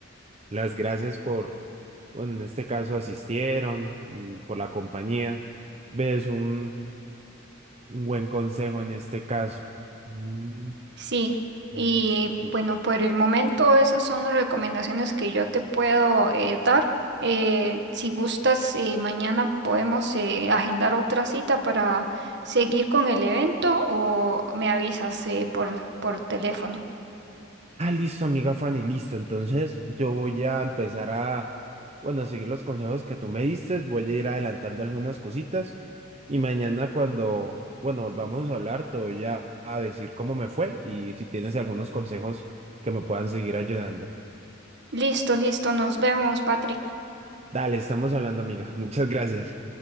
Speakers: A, on the right; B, on the right.
A: las gracias por, bueno, en este caso asistieron, mm, por la compañía. Ves un, un buen consejo en este caso. Mm,
B: Sí,
A: listo.
B: y bueno, por el momento esas son las recomendaciones que yo te puedo eh, dar. Eh, si gustas, eh, mañana podemos eh, agendar otra cita para seguir con el evento o me avisas eh, por, por teléfono.
A: Ah, listo, amiga Fanny, listo. Entonces yo voy a empezar a, bueno, a seguir los consejos que tú me diste. Voy a ir adelantando algunas cositas. Y mañana cuando, bueno, volvamos a hablar, te voy a, a decir cómo me fue y si tienes algunos consejos que me puedan seguir ayudando.
B: Listo, listo, nos vemos, Patrick.
A: Dale, estamos hablando, amiga. <laughs> Muchas gracias.